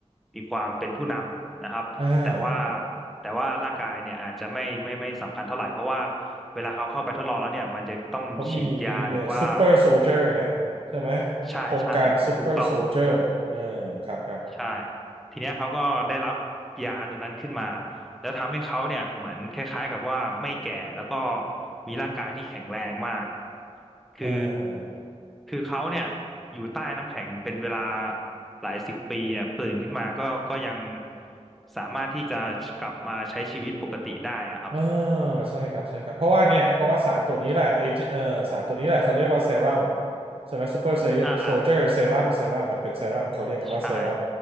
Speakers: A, in the centre; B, on the right.
A: มีความเป็นผู้นำนะครับแต่ว่า
B: อ่าครับ
A: แต่ว่าร่างกายเนี่ยอาจจะไม่ไม่ไม่สำคัญเท่าไหร่เพราะว่าเวลาเขาเข้าไปทดลองแล้วเนี่ยมันจะต้องฉีดยาหรือว่า
B: เขามีไอันนี้เนี่ยซูเปอร์โซลเจอร์ไงใช่ไหม
A: ใช่ใช่ถูกต้อง
B: โครงการซูเปอร์โซลเจอร์เออครับครับ
A: ใช่ทีเนี้ยเขาก็ได้รับยาตัวนั้นขึ้นมาแล้วทำให้เขาเนี่ยเหมือนคล้ายๆกับว่าไม่แก่แล้วก็มีร่างกายที่แข็งแรงมากคือ
B: เออ
A: คือเขาเนี่ยอยู่ใต้น้ำแข็งเป็นเวลาหลายสิบปีอ่ะตื่นขึ้นมาก็ก็ยังสามารถที่จะกลับมาใช้ชีวิตปกติได้อะครับ
B: อ่าใช่ครับใช่ครับเพราะว่าเนี่ยเพราะว่าสารตัวนี้แหละเอเจเอ่อสารตัวนี้แหละเขาเรียกว่าเซรั่มใช่ไหมซูเปอร์โซลเจอร์เซรั่มเซรั่มมันเป็นเซรั่มเขาเรียกมันว่าเซรั่ม
A: อ่าอ่าใช่